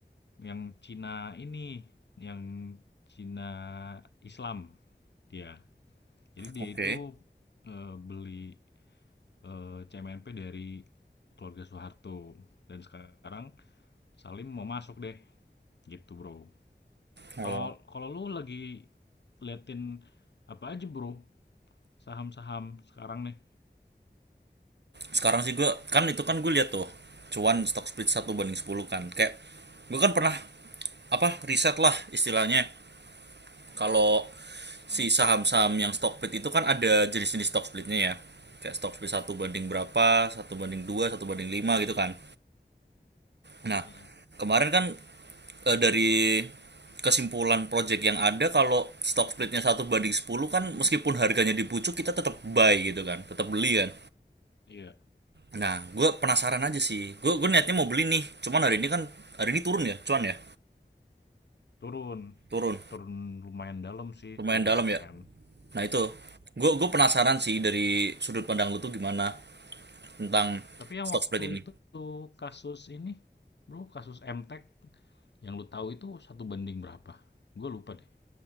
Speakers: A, on the left (about 75°); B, on the right (about 70°).
A: Yang Cina ini, yang Cina Islam dia. Jadi dia
B: oke.
A: itu eee, beli, eh, C M N P dari keluarga Soeharto dan sekarang Salim mau masuk deh, gitu, Bro.
B: Oh
A: Kalau kalau lu lagi liatin apa aja, Bro? Saham-saham sekarang nih.
B: sekarang sih gue kan itu kan gue lihat tuh cuan stock split satu banding 10 kan kayak gue kan pernah apa riset lah istilahnya Kalau si
A: Hmm,
B: saham-saham yang stock split itu kan ada jenis-jenis stock splitnya ya. Kayak stock split satu banding berapa, satu banding dua, satu banding lima gitu kan. Nah,
A: mhm.
B: kemarin kan eh, dari kesimpulan project yang ada kalau stock splitnya satu banding 10 kan meskipun harganya dipucuk kita tetap buy gitu kan tetap beli kan
A: Iya,
B: nah gue penasaran aja sih gue gue niatnya mau beli nih cuman hari ini kan hari ini turun ya cuan ya
A: turun.
B: turun
A: Turun lumayan dalam sih
B: lumayan
A: tiga
B: dalam
A: persen.
B: ya Nah itu, gue gue penasaran sih dari sudut pandang lu tuh gimana tentang
A: Tapi yang
B: stock
A: waktu
B: split ini.
A: itu kasus ini, bro, kasus Emtek yang lu tahu itu satu banding berapa? Gue lupa deh.